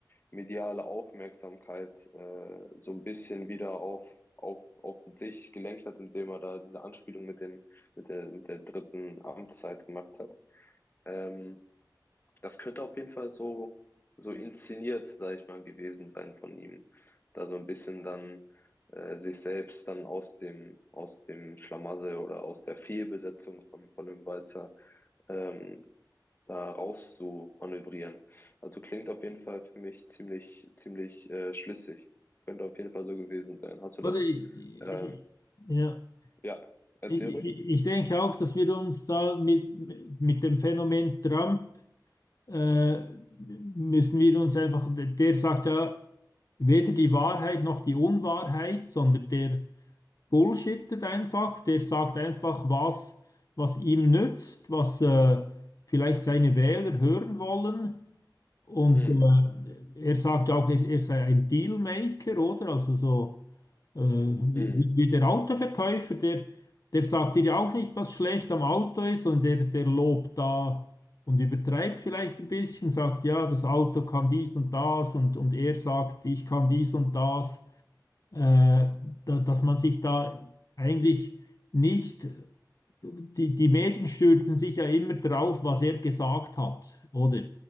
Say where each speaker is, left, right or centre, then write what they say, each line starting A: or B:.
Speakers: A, on the left; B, on the left.
A: mediale Aufmerksamkeit äh, so ein bisschen wieder auf, auf, auf sich gelenkt hat, indem er da diese Anspielung mit dem, mit der, mit der dritten Amtszeit gemacht hat. Ähm, das könnte auf jeden Fall so, so inszeniert, sag ich mal, gewesen sein von ihm. Da so ein bisschen dann äh, sich selbst dann aus dem, aus dem Schlamassel oder aus der Fehlbesetzung von, von dem Walzer ähm, da raus zu manövrieren. Also klingt auf jeden Fall für mich ziemlich, ziemlich äh, schlüssig. Könnte auf jeden Fall so gewesen sein. Hast du
B: Oder
A: das?
B: ich, ich,
A: Ähm,
B: ja,
A: ja, erzähl
B: ich, ich
A: ruhig.
B: ich denke auch, dass wir uns da mit, mit dem Phänomen Trump äh, müssen wir uns einfach, der sagt ja, weder die Wahrheit noch die Unwahrheit, sondern der bullshittet einfach, der sagt einfach, was, was ihm nützt, was äh, vielleicht seine Wähler hören wollen. Und
A: Mm,
B: äh, er sagt auch, er, er sei ein Dealmaker, oder? Also so äh, wie,
A: mm,
B: wie wie der Autoverkäufer, der, der sagt dir ja auch nicht, was schlecht am Auto ist und der, der lobt da und übertreibt vielleicht ein bisschen, sagt, ja, das Auto kann dies und das und, und er sagt, ich kann dies und das, äh, da, dass man sich da eigentlich nicht, die, die Medien stürzen sich ja immer drauf, was er gesagt hat, oder?